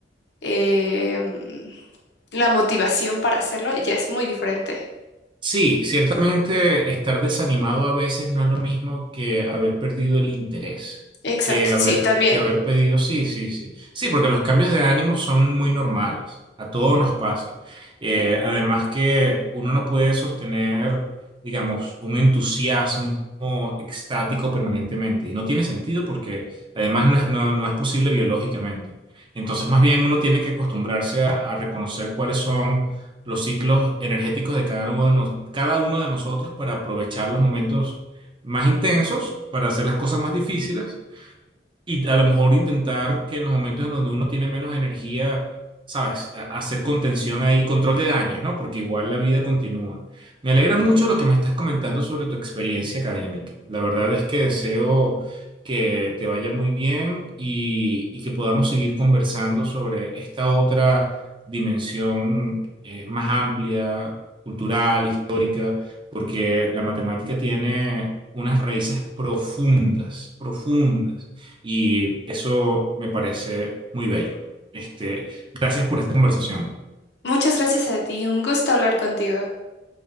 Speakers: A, on the left; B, on the right.
A: eh, la motivación para hacerlo ya es muy diferente.
B: Sí, ciertamente estar desanimado a veces no es lo mismo que haber perdido el interés,
A: Exacto,
B: que haber,
A: sí, también.
B: que haber pedido, sí, sí, sí. Sí, porque los cambios de ánimo son muy normales, a todos nos pasa. Eh, además que uno no puede sostener, digamos, un entusiasmo extático permanentemente y no tiene sentido porque además no es, no- no es posible biológicamente. Entonces, más bien uno tiene que acostumbrarse a a reconocer cuáles son los ciclos energéticos de cada uno de, nos- cada uno de nosotros para aprovechar los momentos más intensos, para hacer las cosas más difíciles y a lo mejor intentar que en los momentos en donde uno tiene menos energía, ¿sabes? A- Hacer contención ahí, control de daños, ¿no? Porque igual la vida continúa. Me alegra mucho lo que me estás comentando sobre tu experiencia académica. La verdad es que deseo que te vaya muy bien y, y que podamos seguir conversando sobre esta otra dimensión eh, más amplia, cultural, histórica, porque la matemática tiene unas raíces profundas, profundas y eso me parece muy bello. Este, gracias por esta conversación,
A: Muchas gracias a ti, un gusto hablar contigo.